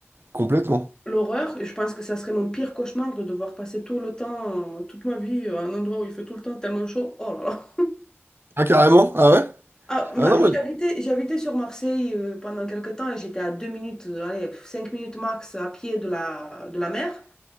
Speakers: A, on the right; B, on the left.
A: complètement.
B: L'horreur, je pense que ça serait mon pire cauchemar de devoir passer tout le temps, euh, toute ma vie euh, à un endroit où il fait tout le temps tellement chaud. Oh là là.
A: Ah, carrément? Ah ouais?
B: Ah,
A: Ah
B: bah,
A: non,
B: j'ai
A: mais...
B: habité, j'ai habité sur Marseille euh, pendant quelques temps et j'étais à deux minutes, euh, allez, cinq minutes max à pied de la, de la mer.